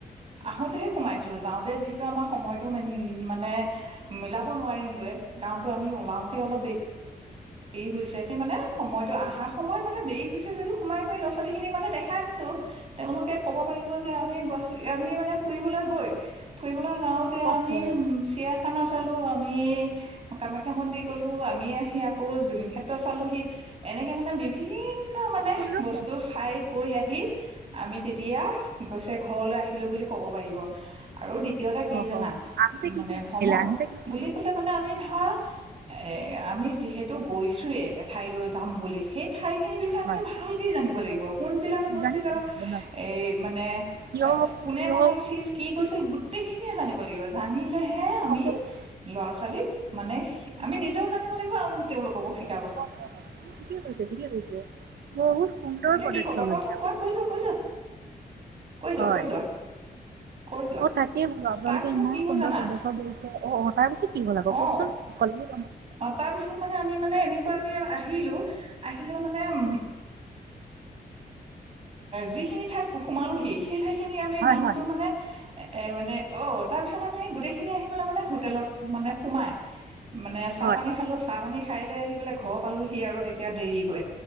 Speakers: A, on the right; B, on the right.
A: আহোতেহে সোমাইছো যাওঁতে যিহেতু আমাৰ সময়টো মানে মিলাব নোৱাৰিমগৈ কাৰণটোো আমি ওলাওঁতে অলপ দেৰি দেৰি হৈছে স মানে সময়তটো অহা সময়ত মানে দেৰি হৈছে যদিটো সোমাই কৰি ল'ৰা ছোৱালী খিনিক মানে দেখাই আনিছো তেওঁলোকে কব পাৰিব যে আমি গুৱাহাটী আমি মানে ফুৰিবলৈ গৈ ফুৰিবলৈ যাওঁতে,
B: অহ'
A: আমি উম, চিয়াৰখানা চালো, আমি কামাখ্যা মন্দিৰ গ'লো। আমি আহি আকৌ জুমিং ক্ষেত্ৰ চালোহি। এনেকে মানে বিভিন্ন মানে
B: সুন্দৰ
A: বস্তু চাই কৈ আহি আমি তেতিয়া গৈছে ঘৰলৈ আহিলো বুলি কব পাৰিব। আৰু দ্বিতীয়তে কি
B: অহ'
A: জানা
B: আহোঁতে কি
A: মানে
B: কি
A: ভ্ৰমণ
B: আহোঁতে কি কি
A: বুলি কলে মানে আমি ধৰা এ, আমি যিহেতু গৈছোয়ে এঠাইলৈ যাম বুলি সেই ঠাইত সেই বিষয়ে আমিতো
B: হয়
A: ভালকেই জানিব লাগিব। কোন জিলাত অৱস্থিত।
B: জানিব লাগিব ন
A: এই, মানে
B: কিয়
A: কোনে
B: কিয়
A: বনাইছিল, কি কৰিছিল, গোটেইখিনিয়ে জানিব লাগিব। জানিলেহে, আমি
B: সকলোখিনি
A: ল'ৰা ছোৱালীক মানে আমি নিজেও জান লাগিব আৰু তেওঁলোকো শিক
B: <inaudible>
A: এতিয়া
B: পদক্ষেপ
A: কি কবা কোৱাচোন
B: লৈছে
A: কোৱা। কৈ যোৱা, কৈ যোৱা। কৈ যোৱা
B: হয়।
A: কৈ যোৱা কৈ যোৱা
B: অ, তাকেই ভাল আপোনালোকে
A: তাৰ পিছত
B: ইমান
A: কি হ'ল
B: সুন্দৰ
A: জানা
B: প্ৰদক্ষেপ কৰিছে। অ, তাৰ পিছত কি হল আক
A: অ
B: কওকচোন অলে
A: অ, তাৰপিছত মানে, আমি মানে, এনেকুৱাকে আহিলো। আহিলে মানে-উ, যিখিনি ঠাইত সোমালোহি সেই ঠাই খিনি আমি
B: হয়
A: নামটো
B: হয়
A: মানে, <unintelligible> এ, মানে অ, তাৰ পিছত আমি গোটেই খিনি মানে হোটেলত মানে সোময়, মানে <inaudible> চাহ
B: হয়
A: পানী খালোঁ। চাহ পানী ঠাই লৈ আহিবলৈ ঘৰ পালো সি আৰু তেতিয়া দেৰিকৈ।